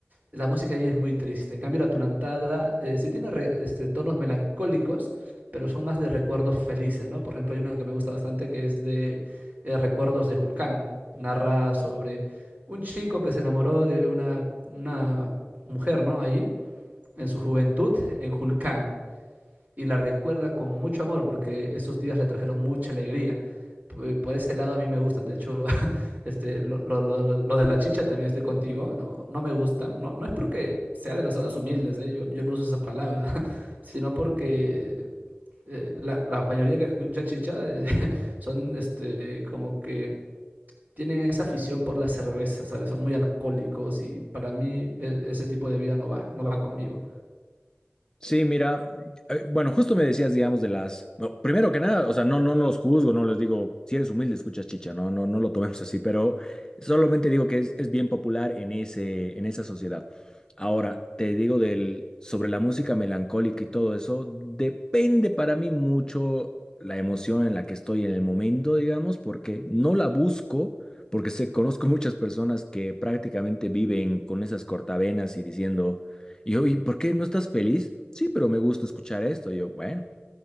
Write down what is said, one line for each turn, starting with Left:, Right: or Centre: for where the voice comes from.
Right: la música ahí es muy triste. En cambio, la tunantada eh, sí tiene re- este, tonos melancólicos, pero son más de recuerdos felices, ¿no? Por ejemplo, hay una que me gusta bastante que es de eh, Recuerdos de Julcán. Narra sobre un chico que se enamoró de una, una mujer, ¿no? Ahí, en su juventud, en Julcán y la recuerda con mucho amor porque esos días le trajeron mucha alegría. P- Por ese lado a mí me gustan. De hecho, <laughs> este, lo, lo- lo- lo de la chicha también estoy contigo. No, no me gusta. No, no es porque sea de las zonas humildes, ¿eh? Yo, yo no uso esa palabra, <laughs> sino porque eh, la, la mayoría que escucha chicha eh, <laughs> son este, como que tienen esa afición por la cerveza, ¿sabes? Son muy alcohólicos y para mí e- ese tipo de vida no va, no va conmigo.
Left: Sí, mira, eh, bueno, justo me decías, digamos, de las. no, primero que nada, o sea, no, no los juzgo, no les digo, si eres humilde, escuchas chicha, no, no, no lo tomemos así, pero solamente digo que es, es bien popular en ese, en esa sociedad. Ahora, te digo del, sobre la música melancólica y todo eso, depende para mí mucho la emoción en la que estoy en el momento, digamos, porque no la busco, porque sé, conozco muchas personas que prácticamente viven con esas cortavenas y diciendo. Y yo, ¿y por qué no estás feliz? Sí, pero me gusta escuchar esto. Y yo, bueno,